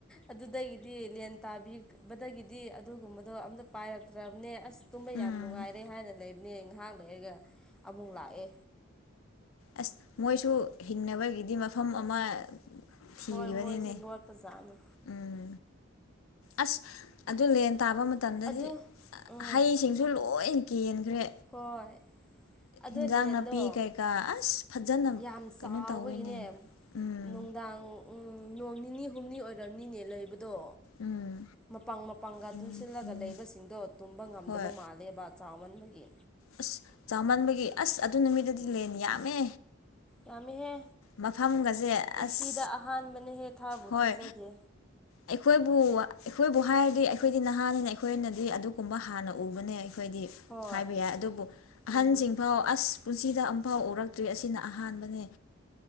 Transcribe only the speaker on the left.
ꯎꯝ
ꯑꯁ ꯃꯣꯏꯁꯨ ꯍꯤꯡꯅꯕꯒꯤꯗꯤ ꯃꯐꯝ ꯑꯃ ꯊꯤꯒꯤꯕꯅꯤꯅꯦ
ꯎꯝ ꯑꯁ ꯑꯗꯨ ꯂꯦꯟ ꯇꯥꯕ ꯃꯇꯝ ꯃꯇꯝꯗꯗꯤ
ꯍꯩꯁꯤꯡꯁꯨ ꯂꯣꯏ ꯀꯦꯟꯈ꯭ꯔꯦ
ꯍꯤꯟꯖꯥꯡ
ꯅꯥꯄꯤ ꯀꯩꯀꯥ ꯑꯁ ꯐꯖꯅ
ꯀꯩꯅꯣ
ꯇꯧꯋꯦꯅꯦ ꯎꯝ
ꯎꯝ
ꯎꯝ
ꯎꯝ
ꯍꯣꯏ
ꯑꯁ ꯆꯥꯃꯟꯕꯒꯤ ꯑꯁ ꯑꯗꯨ ꯅꯨꯃꯤꯠꯇꯨꯗꯤ ꯂꯦꯟ ꯌꯥꯝꯃꯦ
ꯃꯐꯝꯒꯁꯦ
ꯑꯁ
ꯍꯣꯏ
ꯑꯩꯈꯣꯏꯕꯨ ꯑꯩꯈꯣꯏꯕꯨ ꯍꯥꯏꯔꯗꯤ ꯑꯩꯈꯣꯏꯗꯤ ꯅꯍꯥꯅꯤꯅ ꯑꯩꯈꯣꯏꯅꯗꯤ ꯑꯗꯨꯒꯨꯝꯕ ꯍꯥꯟꯅ ꯎꯕꯅꯦ ꯑꯩꯈꯣꯏꯗꯤ
ꯍꯥꯏꯕ ꯌꯥꯏ ꯑꯗꯨꯕꯨ ꯑꯍꯟꯁꯤꯡꯐꯥꯎ
ꯑꯁ ꯄꯨꯟꯁꯤꯗ ꯑꯃꯝꯐꯥꯎ ꯎꯔꯛꯇ꯭ꯔꯤ ꯑꯁꯤꯅ ꯑꯍꯥꯟꯕꯅꯦ